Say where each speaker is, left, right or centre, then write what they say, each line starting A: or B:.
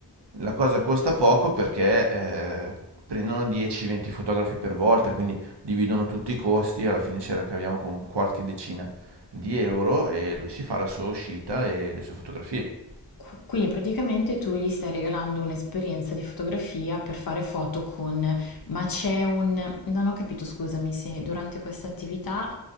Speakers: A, on the right; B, on the left.
A: La cosa costa poco perché eh, prendono 10-20 fotografi per volta, quindi dividono tutti i costi e alla fine ce la caviamo con qualche decina di euro e lui si fa la sua uscita e le sue fotografie.
B: Qu- Quindi praticamente tu gli stai regalando un'esperienza di fotografia per fare foto con, ma c'è un, non ho capito, scusami, se durante questa attività